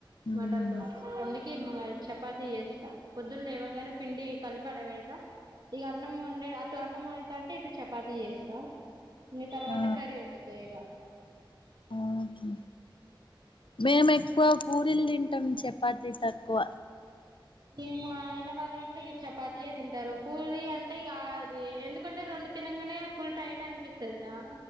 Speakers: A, on the right; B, on the left.
A: మటన్
B: మ్
A: లో అందుకె కిమ్ చపాతి చేస్తా పొద్దున్న లేవంగానే పిండి కలిపి ఆడ పెడతా. ఇగ అన్నం వండే అటు అన్నం అయితాంటే ఇటు చపాతీ చేస్తా. ఇంగ తర్వాత
B: ఆ
A: కర్రీ ఒండుతా ఇగ
B: ఆ హా మేము ఎక్కువ పూరీలు తింటం చపాతి తక్కువ.
A: గీ మా ఆయిన వాళ్ళ గిట్ల ఇగ చపాతియే తింటరు పూరి అంటే ఇగ అది ఎందుకంటే రెండు తినంగనే ఫుల్ టైట్ అనిపిస్తదిరా.